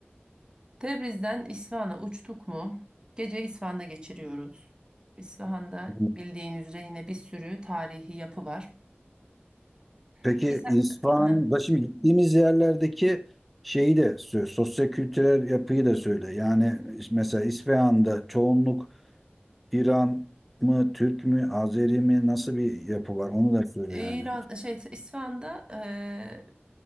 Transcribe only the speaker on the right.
Tebriz'den İsfahan'a uçtuk mu? Gece İsfahan'da geçiriyoruz. İsfahan'da
bildiğin üzere yine bir sürü tarihi yapı var.
Peki sen
<laughs> Heh.
İran
şey İsfahan'da e,